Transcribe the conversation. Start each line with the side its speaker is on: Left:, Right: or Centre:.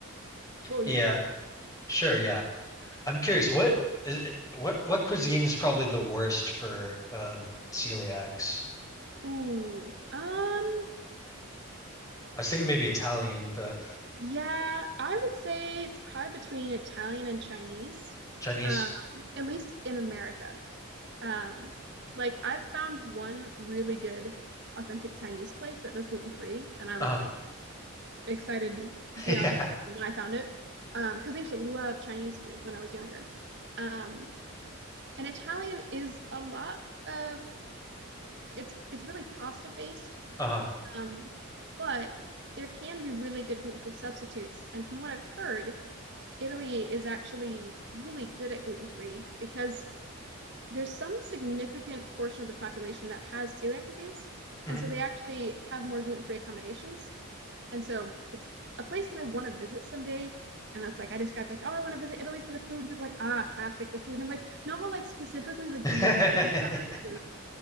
Right: What were
Left: Yeah.
Right: you going to say?
Left: Sure, yeah. I'm curious, what is what what cuisine is probably the worst for um celiacs?
Right: Ooh. Um,
Left: I was thinking maybe Italian, but
Right: yeah, I would say it's probably between Italian and Chinese.
Left: Chinese.
Right: Um, at least in America. Um, like I've found one really good authentic Chinese place that does gluten free, and I was
Left: Uh-huh.
Right: like excited
Left: <laughs>
Right: beyond
Left: Yeah.
Right: description when I found it. Um, because I used to love Chinese food when I was younger. Um, and Italian is a lot of it's it's really pasta based.
Left: Uh-huh.
Right: Um, but there can be really good gluten-free substitutes. And from what I've heard, Italy is actually really good at gluten-free because there's some significant portion of the population that has celiac disease.
Left: Mhm.
Right: And so they actually have more gluten free accommodations. And so it's a place that I want to visit someday. And it's like I described, like, oh, I want to visit Italy for the food. And people are like, ah, classic, the food. And I'm like, no, but like specifically the gluten
Left: <laughs>
Right: <laughs> free food.